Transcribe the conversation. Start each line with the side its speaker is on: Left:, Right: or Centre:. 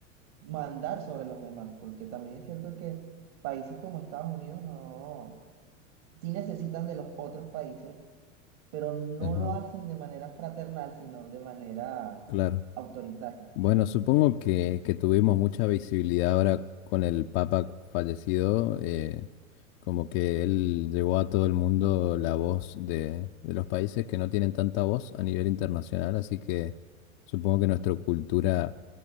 Right: mandar sobre los demás, porque también es cierto que países como Estados Unidos no sí necesitan de los otros países, pero no
Left: Ajá,
Right: lo hacen de manera fraternal, sino de manera
Left: claro.
Right: autoritaria.
Left: Bueno, supongo que, que tuvimos mucha visibilidad ahora con el Papa fallecido, eh, como que él llevó a todo el mundo la voz de, de los países que no tienen tanta voz a nivel internacional, así que supongo que nuestra cultura